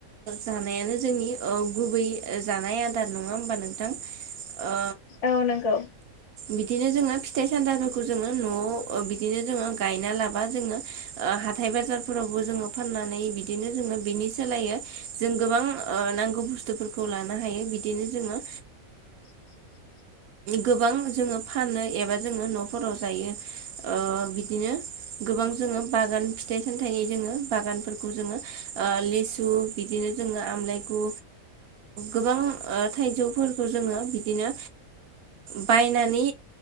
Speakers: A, on the right; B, on the left.
A: जानायानो जोंनि औ गुबै जानाय आदार नङा होमबा नोंथां ओ
B: औ नंगौ
A: बिदिनो जोङो फिथाइ सामथाफोरखौ जोङो न'आव बिदिनो जोङो गायना लाबा जोङो हाथाय बाजारफोरावबो जोङो फाननानै बिदिनो जोङो बिनि सोलायो जों गोबां नांगौ बुस्थुफोरखौ लानो हायो बिदिनो जोङो
B: <inaudible>
A: गोबां जोङो फानो एबा जोङो न'फोराव जायो बिदिनो गोबां जोङो बागान फिथाइ सामथाइनि जोङो बागानफोरखौ जोङो लेसु बिदिनो जों आमलाय गु गोबां थाइजौफोरखौ जोङो बिदिनो बायनानै